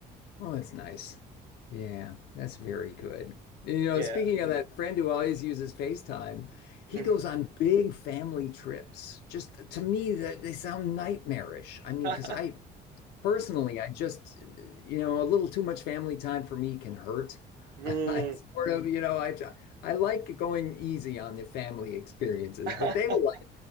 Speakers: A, on the left; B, on the right.
A: Well, that's nice. Yeah, that's very good. You
B: Yeah.
A: know, speaking of that friend who always uses FaceTime, he
B: Mhm.
A: goes on big family trips. Just to me, that they sound nightmarish. I mean,
B: <laughs>
A: because I Personally, I just, you know, a little too much family time for me can hurt. <laughs>
B: Mm.
A: I sort of, you know, I I like going easy on the family experiences,
B: <laughs>
A: but they will like